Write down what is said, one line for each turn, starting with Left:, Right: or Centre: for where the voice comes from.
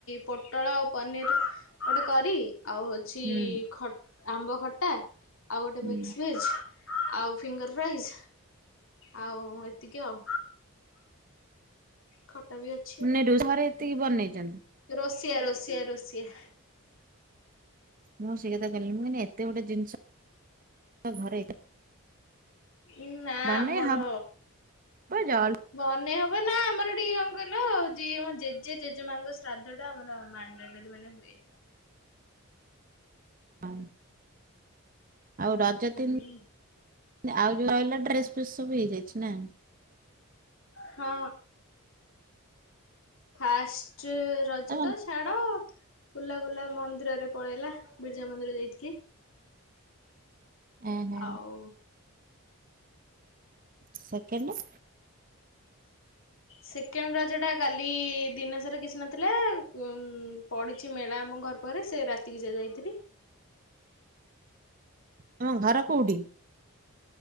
Left: ପୋଟଳ ଆଉ ପନିର ଗୋଟେ କରି ଆଉ ହଉ ଛି
Right: ହୁଁ
Left: ଖ ଆମ୍ବ ଖଟା ଆଉ ଗୋଟେ
Right: ହୁଁ।
Left: ମିକ୍ସ ଭେଜ ଆଉ ଫିଙ୍ଗର ଫ୍ରାଇଜ ଆଉ ଏତିକି ଆଉ। ଖଟା ବି ଅଛି
Right: ମାନେ
Left: ଆଉ।
Right: ଘରେ ଏତିକି ବନେଇଛନ୍ତି।
Left: ରୋଷିଆ ରୋଷିଆ ରୋଷିଆ
Right: ମୁଁ ସେଇ କଥା କଲି ମୁଁ ଏତେ ଗୋଟେ ଜିନିଷ ଘରେ
Left: ଉ ନା
Right: ବନେଇ
Left: ଆମର
Right: ହବ ଜଲ୍
Left: ବନେଇ ହବ ନା ଆମର ଟିକେ କଣ କହିଲ ଯିଏ ଆମ ଜେଜେ ଜେଜେମାଙ୍କ ଶ୍ରାଦ୍ଧ ଟା ଆମର ମାଣ୍ଡ ଟୋରି ମାନେ ହୁଏ।
Right: ହ ଆଉ ରଜ
Left: ହୁଁ
Right: ତିନି ଆଉ ଯଉ ରହିଲା ଡ୍ରେସ ଫେସ୍ ସବୁ ହେଇଯାଇଛି ନା?
Left: ହଁ ଫାଷ୍ଟ ରଜ
Right: ତମ
Left: ତ ଛାଡ ବୁଲା ବୁଲା ମନ୍ଦିରରେ ପଳେଇଲା ବିର୍ଜା ମନ୍ଦିର ଯାଇଥିଲି।
Right: ଏ ହେଁ।
Left: ଆଉ
Right: ସେକେଣ୍ଡ
Left: ସେକେଣ୍ଡ ରଜଟା କାଲି ଦିନସାରା କିଛି ନଥିଲା ଉ ପଡିଛି ମେଳା ଆମ ଘର ପରେ ସେ ରାତିକି ଯ ଯାଇଥିଲି।
Right: ତମ ଘର କୁଉଠି?